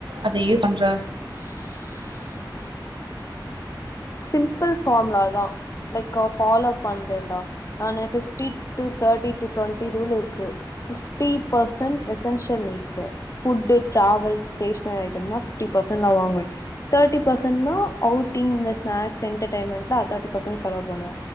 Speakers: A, on the right; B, on the left.
A: அதை யூஸ் பண்ற
B: <inaudible> சிம்பிள் ஃபார்ம்லா தா லைக்க பாலோ பண்றேன்டா நானு ஃபிப்டி டூ தாட்டி டு டொண்டி ரூல் இருக்கு டி percent essential needs food travel stationery ஐட்டமெல்லாம் ஃபிஃப்டி பர்சென்ட் தா வாங்குவே தேர்ட்டி பர்சென்ட்னா அவுட்டிங் இந்த ஸ்நாக்ஸ் என்டர்டைன் மென்ட்னா தேர்ட்டி பர்சென்ட் செலவு பண்ணுவே